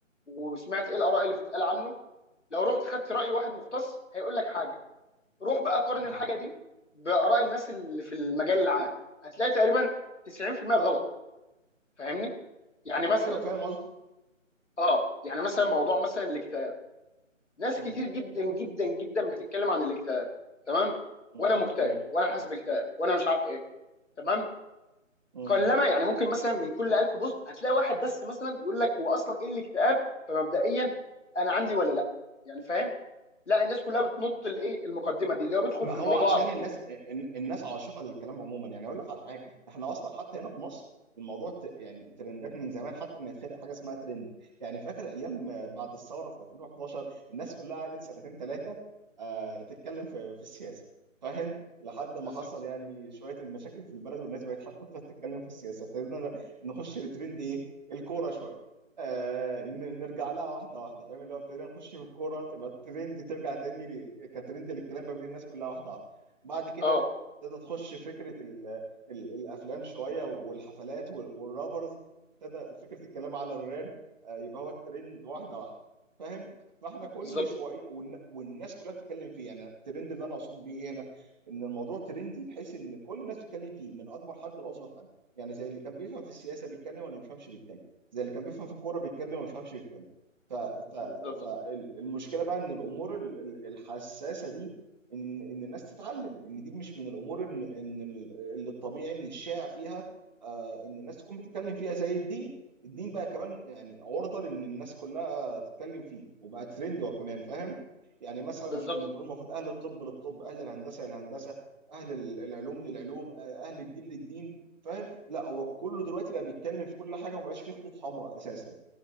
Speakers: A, on the left; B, on the right.
A: وسمعت ايه الاراء اللي بتتقال عنه لو رحت خدت راي واحد مختص هيقول لك حاجه روح بقى قارن
B: م.
A: الحاجه دي باراء الناس اللي في المجال العام هتلاقي تقريبا 90% غلط فاهمني يعني مثلا
B: ايوه فاهم قصدي
A: اه يعني مثلا موضوع مثلا الاكتئاب ناس
B: م-
A: كتير جدا جدا جدا بتتكلم عن الاكتئاب تمام
B: م-
A: وانا مكتئب
B: م-
A: وانا حاسس باكتئاب وانا مش عارف ايه تمام
B: م-
A: قلما يعني ممكن مثلا من كل 1000 بوست هتلاقي واحد بس مثلا يقول لك هو اصلا ايه الاكتئاب فمبدئيا انا عندي ولا لا يعني فاهم لا الناس كلها بتنط الايه المقدمه دي اللي هو بيدخل
B: ما
A: في
B: هو
A: الموضوع
B: عشان
A: على طول
B: الناس الن- الناس عاشقه للكلام عموما يعني اقول لك على حاجه احنا اصلا حتى هنا في مصر الموضوع ت... يعني ترندات من زمان حتى ما يتخلق حاجه اسمها ترند يعني فاكر ايام بعد الثوره في 2011 الناس كلها قعدت سنتين ثلاثه آه تتكلم في في السياسه فاهم لحد ما
A: بالظبط
B: حصل يعني شويه المشاكل في البلد والناس بقت حتى تخاف تتكلم في السياسه ابتدينا نخش لترند ايه الكوره شويه آه، ن- نرجع لها واحده واحده فاهم اللي هو ابتدينا نخش في الكوره تبقى الترند ترجع تاني ل- كترند للكلام ما بين الناس كلها واحده واحده بعد كده
A: اه
B: ابتدى تخش فكره ال ال الافلام شويه والحفلات وال- والرابرز ابتدى فكره الكلام على الراب آه، يبقى هو الترند واحده واحده فاهم فاحنا كل
A: بالظبط
B: شويه والن- والناس كلها بتتكلم فيه يعني الترند اللي انا اقصد بيه ايه هنا ان الموضوع ترندي بحيث ان كل الناس بتتكلم فيه من اكبر حد لاصغر حد يعني زي اللي كان بيفهم في السياسه بيتكلم واللي ما بيفهمش بيتكلم زي اللي كان بيفهم في الكوره بيتكلم وما بيفهمش بيتكلم ف... ف...
A: بالظبط
B: فالمشكله بقى ان الامور ال- ال- الحساسه دي ان ان الناس تتعلم ان دي مش من الامور ان ان ال- اللي الطبيعي ان الشائع فيها آه ان الناس تكون بتتكلم فيها زي الدين الدين بقى كمان يعني عرضه لان الناس كلها تتكلم فيه وبقى ترند هو كمان فاهم يعني مثلا
A: بالظبط
B: مش كنا بنقول المفروض اهل الطب للطب اهل الهندسه للهندسه اهل ال- العلوم للعلوم آه، اهل الدين للدين فاهم لا هو كله دلوقتي بقى بيتكلم في كل حاجه ومبقاش فيه خطوط حمراء اساسا